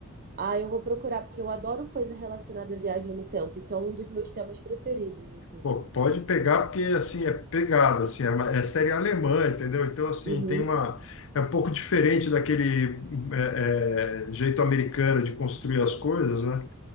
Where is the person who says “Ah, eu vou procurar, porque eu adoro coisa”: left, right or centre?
Right